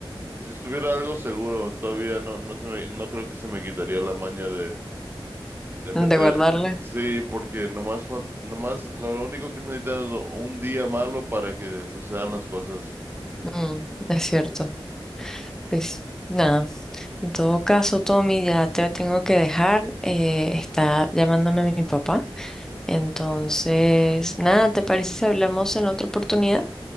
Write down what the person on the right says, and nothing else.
si estuviera algo seguro, todavía no, no se me, no creo que se me quitaría la maña de, de
meter
sí, porque nomás, fal- nomás lo único que necesitas es un día malo para que sucedan las cosas.